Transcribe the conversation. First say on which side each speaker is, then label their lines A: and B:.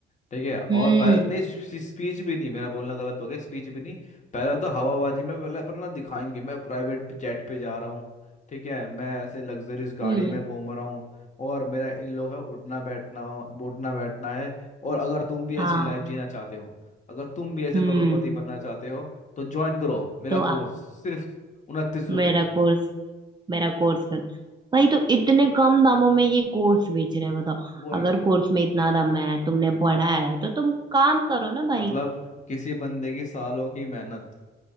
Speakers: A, on the left (about 35°); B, on the right (about 20°).
A: ठीक है और
B: हम्म
A: पहले नहीं स्पीच भी नहीं मेरा बोलना गलत हो गया स्पीच भी नहीं पहला तो हवाबाजी में पहले अपना ना दिखाएंगे मैं प्राइवेट जेट पे जा रहा हूँ ठीक है मैं ऐसे लग्जरीज गाड़ी
B: हम्म
A: में घूम रहा हूँ और मेरा इन लोग है उठना बैठना हो उठना बैठना है और अगर तुम भी ऐसी
B: हाँ
A: लाइफ जीना चाहते हो अगर तुम भी ऐसे
B: हम्म
A: करोड़पति बनना चाहते हो तो ज्वाइन करो मेरा
B: तो आओ
A: कोर्स सिर्फ उनतीस रुपये
B: मेरा कोर्स मेरा कोर्स कर भाई तो इतने कम दामों में ये कोर्स बेच रहे हैं बताओ
A: वही
B: अगर कोर्स में इतना दम है तुमने पढ़ा है तो तुम काम करो ना
A: मतलब
B: भाई
A: किसी बंदे की सालों की मेहनत